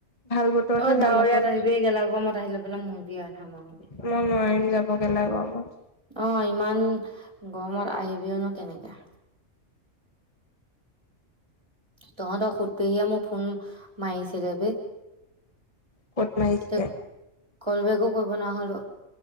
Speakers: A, on the left (about 25°); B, on the right (about 20°).
A: ভাল বতৰতহে
B: অ ডাৱৰীয়াত
A: যাম আকৌ দেই।
B: আহিবি এই গেলা গৰমত আহি লৈ পেলাই মৰিবি আধামৰা হৈ
A: মই নোৱাৰিম যাব গেলা গৰমত
B: অ ইমান গৰমত আহিবিও নো কেনেকে তহঁত কোতপেহীয়ে মোক ফোন মাৰিছিলে বে
A: ক'ত মাৰিছে।
B: এতিয়া কল বেকো কৰিব নহলো